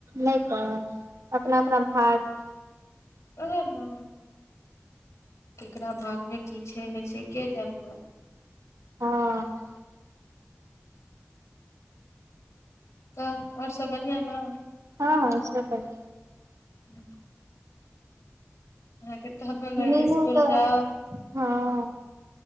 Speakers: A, on the right; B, on the left.
A: नहि तऽ अपना अपना भाग
B: ओह ने केकरा भागमे की छै नहि छै के जानल
A: हँ
B: तब आओर सब बढ़िआँ न?
A: हँ-हँ सब बढ़िया।
B: <inaudible> अहके तऽ अपन‌
A: मीनू
B: इसकुल
A: तऽ
B: जाउ
A: हँ